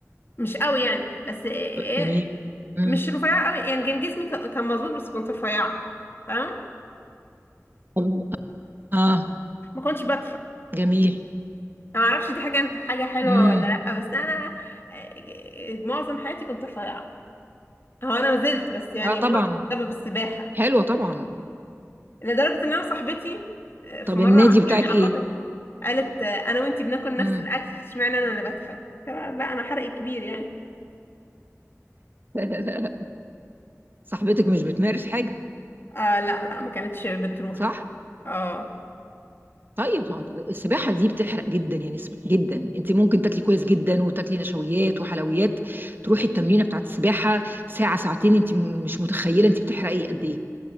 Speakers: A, on the left (about 45°); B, on the right (about 40°).
A: مش قوي يعني بس إيه
B: جميل امم
A: مش رفيعه قوي يعني كان جسمي ك- كان مظبوط بس كنت رفيعه فاهم
B: طب اه
A: ما كنتش بدفع
B: جميل
A: انا ما اعرفش دي حاجه انت حاجه حلوه
B: امم
A: ولا لا بس انا إيه، معظم حياتي كنت رفيعه هو انا ما زلت بس يعني
B: اه طبعا
A: بسبب السباحه
B: حلوه طبعا
A: لدرجة ان انا صاحبتي آه، في
B: طب
A: مرة
B: النادي بتاعك
A: يعني علقت
B: ايه
A: قالت آه، انا وانتي بناكل نفس
B: امم
A: الاكل اشمعنى انا اللي بتخن قلت لها لا انا حرق كبير يعني
B: <laughs> صاحبتك مش بتمارس حاجه
A: آه لا لا ما كانتش بتروح
B: صح
A: اه
B: طيب ما هو السباحة دي بتحرق جدا يا نسمة جدا انت ممكن تاكلي كويس جدا وتاكلي نشويات وحلويات تروحي التمرينة بتاعت السباحة ساعة ساعتين انت م- مش متخيلة انت بتحرقي قد ايه